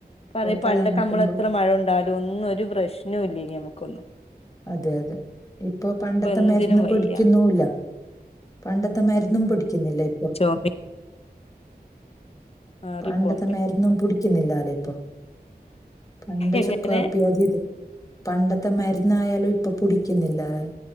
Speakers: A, on the left; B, on the left.
A: പറിം
B: തലനക്കുമ്പോ
A: പണ്ടൊക്കെ അമ്മളെത്ര മഴ കൊ ണ്ടാലൊന്നും ഒരു പ്രശ്നൂലെനി അമ്മക്കൊന്നും
B: അതെ യതെ ഇപ്പൊ പണ്ടത്തെ
A: എന്തിനും
B: മര്ന്ന്
A: വയ്യ
B: പിടിക്കുന്നുല്ല. പണ്ടത്തെ മര്ന്നും പിടിക്കുന്നില്ല ഇപ്പൊ
A: ചുമയും മാറി
B: പണ്ടത്തെ
A: പോണ്ടേ
B: മര്ന്നും പിടിക്കുന്നില്ലാല്ലേ ഇപ്പൊ പണ്ട്
A: എങ്ങനെ
B: ചുക്ക് കാപ്പി അത് തും പണ്ടത്തെ മര്ന്നായാലും ഇപ്പൊ പുടിക്ക്ന്നില്ലാല്ലെ